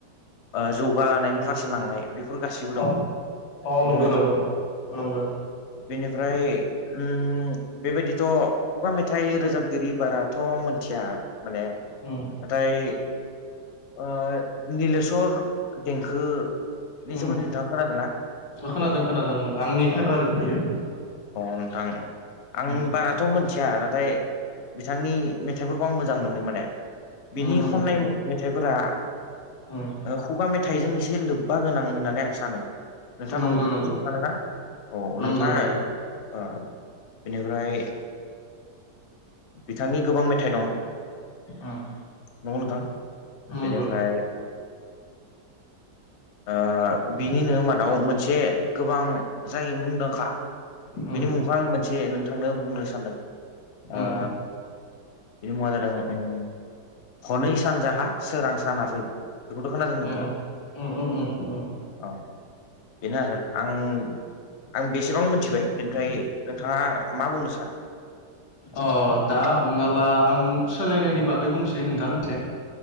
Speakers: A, on the left (about 60°); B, on the left (about 90°).
A: ओ‌ जौगानायनि फारसे लांनाय बेफोर गासिबो दं
B: अ अ
A: नंगौ नोंथां
B: नंगौ नंगौ
A: बेनिफ्राय अम बेबायदिथ' खुगा मेथाइ रोजाबगिरि बाराथ' मोनथिया माने
B: अम
A: ओमफ्राय ओ निलेशर देंखो नि
B: उम
A: सोमोन्दै नोंथाङा खोनादों ना
B: खोनादों खोनादों आंनि फेभारेट
A: औ
B: बियो
A: नोंथां आं
B: उम
A: बाराथ' मोनथिया नाथाय बिथांनि मेथाइफोरखौ आं मोजां मोनो माने बिनि
B: उम
A: खननाय
B: उम
A: मेथाइफोरा
B: उम
A: ओ खुगा मेथाइजों एसे लोब्बा गोनां होननानै आं सानो नोंथाङा
B: नंगौ नंगौ
A: सानो ना औ
B: नंगौ
A: नोंथाङा
B: नंगौ
A: ओ बिनिफ्राय बिथांनि गोबां मेथाइ दं
B: उम
A: नंगौ नोंथां
B: नंगौ
A: बेनिफ्राय ओ
B: उम
A: बिनिनो मादाव मोनसे गोबां जाय मुंदांखा
B: उम
A: बेनि मुंखौ आं मोनसे नोंथांनो बुंनो सानदों
B: उम
A: ओ बिनि मुङा जादों हनै सानजाहा सोरां साना फै बेखौथ' खोनादों नोंथां
B: उम उम उम उम
A: औ बेनो आरो आं आं बेसेबां मिथिबाय बेनिफ्राय नोंथाङा
B: उम
A: मा बुंनो सानो
B: अ दा हमना ला आं सोलायनायनि बागै बुंसै नोंथां मिथिबाय